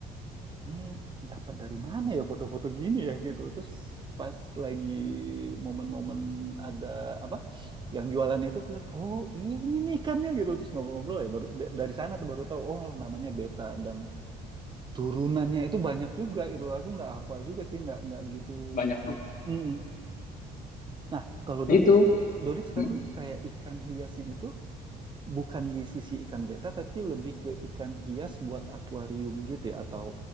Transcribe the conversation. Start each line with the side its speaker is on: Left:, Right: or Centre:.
Right: ini dapat dari mana ya foto-foto gini ya gitu terus pas lagi momen-momen ada apa yang jualan itu aku lihat oh ini nih ikannya gitu terus ngobrol-ngobrol ya baru da- dari sana tuh baru tahu oh namanya beta dan turunannya itu banyak juga itu aku nggak hafal juga sih nggak nggak gitu
Left: banyak
Right: ngerti
Left: banget.
Right: Mm-mm. nah kalau
Left: Nah
Right: Dodik
Left: itu.
Right: Dodik sekarang
Left: Mm.
Right: nih kayak ikan hiasnya itu bukan di sisi ikan beta tapi lebih ke ikan hias buat akuarium gitu ya atau